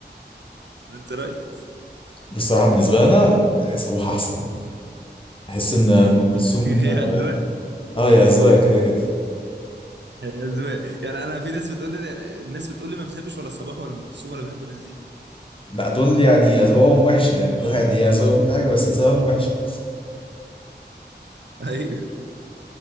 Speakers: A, on the right; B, on the left.
A: ولا انت رايك
B: بصراحة بالنسبة لي انا آه، صباح احسن بحس ان ام كلثوم
A: <laughs> هي
B: اه
A: اذواق
B: آه، يا اذواق كده كده
A: هي اذواق يعني انا في ناس بتقول لي الناس بتقول لي ما بتحبش ولا صباح ولا ام كلثوم ولا بحب الناس دي
B: لا دول يعني اذواقهم وحشة يعني كل واحد هي اذواق كل حاجة بس اذواقهم وحشة
A: <laughs> ايوه